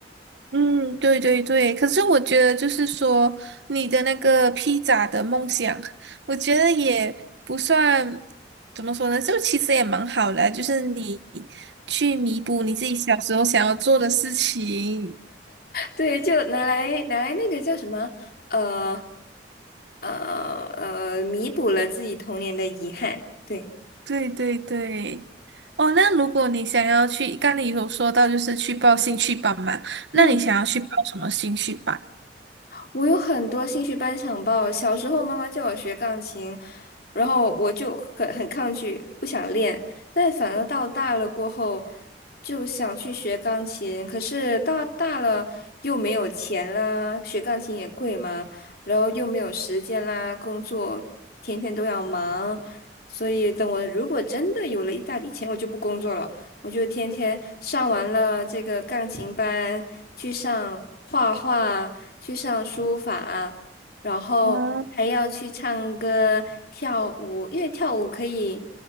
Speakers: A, on the right; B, on the left.
A: 嗯，对对对，可是我觉得就是说，你的那个披萨的梦想，我觉得也不算怎么说呢，就其实也蛮好的啊就是你去弥补你自己小时候想要做的事情。
B: 对，就拿来拿来那个叫什么，呃呃呃，弥补了自己童年的遗憾。对。
A: 对对对，哦，那如果你想要去，刚你有说到就是去报兴趣班嘛，
B: 嗯。
A: 那你想要去报什么兴趣班？
B: 我有很多兴趣班想报。小时候妈妈叫我学钢琴，然后我就很很抗拒，不想练。但反而到大了过后，就想去学钢琴。可是到大了又没有钱啦，学钢琴也贵嘛，然后又没有时间啦，工作天天都要忙。所以等我如果真的有了一大笔钱，我就不工作了。我就天天上完了这个钢琴班，去上画画，去上书法啊，然后还要去唱歌、
A: 哦，
B: 跳舞，因为跳舞可以